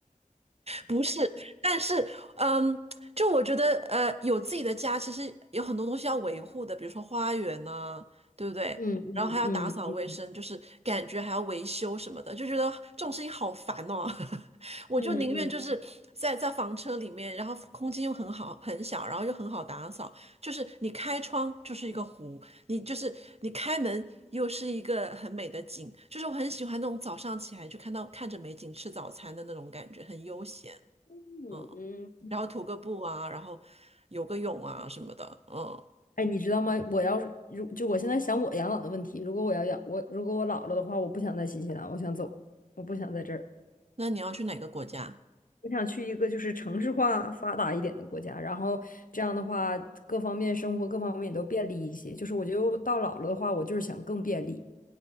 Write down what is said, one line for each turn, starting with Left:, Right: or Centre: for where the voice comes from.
Right: 不是，但是，嗯，就我觉得，呃，有自己的家，其实有很多东西要维护的，比如说花园呐、对不对？
Left: 嗯嗯嗯
Right: 然后还要打扫卫生，就是感觉还要维修什么的，就觉得这种事情好烦哦。<laughs> 我就宁愿就是在在房车里面，
Left: 嗯嗯
Right: 然后空间又很好很小，然后又很好打扫，就是你开窗就是一个湖，你就是你开门又是一个很美的景，就是我很喜欢那种早上起来就看到看着美景吃早餐的那种感觉，很悠闲。
Left: 嗯嗯，
Right: 嗯，然后涂个布啊，然后游个泳啊什么的，嗯。
Left: 哎，你知道吗？我要是如就我现在想我养老的问题，如果我要养我如果我老了的话，我不想在新西兰，我想走，我不想在这儿，
Right: 那你要去哪个国家？
Left: 我想去一个就是城市化发达一点的国家，然后这样的话各方面生活各方面都便利一些。就是我觉得到老了的话，我就是想更便利。